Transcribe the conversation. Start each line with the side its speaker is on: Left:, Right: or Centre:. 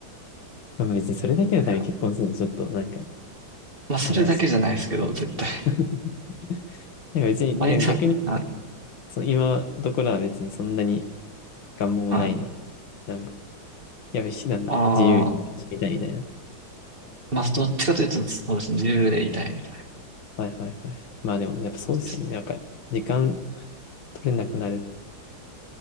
Left: まあ、別にそれだけのために結婚するのちょっと、
Right: はいはい
Left: なんか、
Right: まあ、それだけじゃないですけど、
Left: あれだし。
Right: 絶対。
Left: <laughs>
Right: <laughs>
Left: なんか別に、
Right: 毎あ、
Left: でも逆に、
Right: はい、
Left: その今どころは別にそんなに願望もないの。
Right: はい。
Left: なんか、やべし、なんだ、
Right: ああ、
Left: 自由にしてみたいみたいな。
Right: まあ、どっちかというと、そうですね。自由でいたいみたいな
Left: はいはいはい。まあでも、やっぱそうですよね。
Right: 感じです。
Left: なんか、時間取れなくなる。